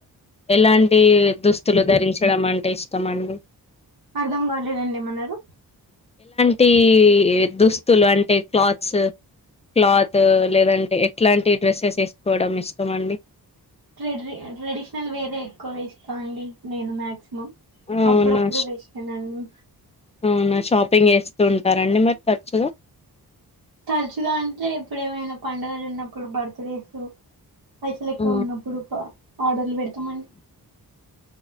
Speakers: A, on the left; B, on the right.
A: ఎలాంటి దుస్తులు ధరించడం అంటే ఇష్ తమండి
B: అర్ధం కాలేదండి ఏమన్నరు
A: టీ దుస్తులు అంటే క్లాత్స్ క్లాత్ లేదంటే ఎట్లాంటి డ్రెస్సెస్ వేసుకోవడం ఇష్టం అండి.
B: ట్రెడ్రి ట్రెడిషనల్ వేరే ఎక్కో ఇష్టమండీ నేను మక్సి మమ్
A: అవునా
B: అప్పుడప్పుడు వేస్తనండి.
A: అవునా షాపింగ్ చేస్తూ ఉంటారండి మరి తరచుగా
B: తరచుగా అంటే ఎప్పుడు ఏమైనా పండుగలు ఉన్నప్పుడు బర్త్ డేసు పైసలు ఎక్కువ
A: ఆ,
B: ఉన్నప్పుడు ప ఆర్డర్లు పెడతామండి.